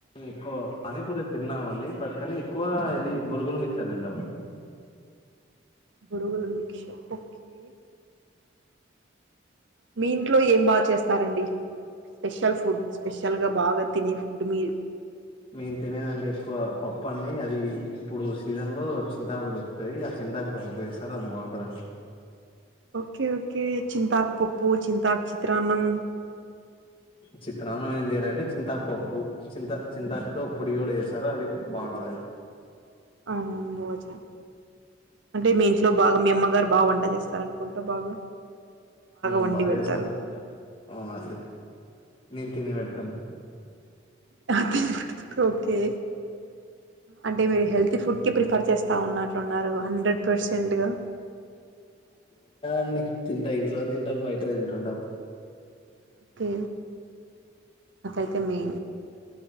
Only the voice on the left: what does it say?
ఎక్కువ పానీపూర్ తిన్నామండి వాటికన్నా ఎక్కువ ఇది బొరుగులు మిచ్చెర తింటామండి
నేను తినేదంటే ఎక్కువ పప్పు అండి అది ఇప్పుడు సీజన్ లో చింతాకు దొరుకుతది ఆ చింతాకుతో పప్పు వేస్తారు అది బాగుంటదండి
చిత్రాన్నం ఏం చేయరండి చింతాకు పప్పు చింతా చింతాకు తో పొడి కూడా చేస్తారు అది కూడా బాగుంటది అండి
ఉమ్
బాగా
చేస్తారండి అవునండి నేను తిని పెడతాను
అండి తింటాం ఇంట్లోనే తింటాం బయట తింటుంటాం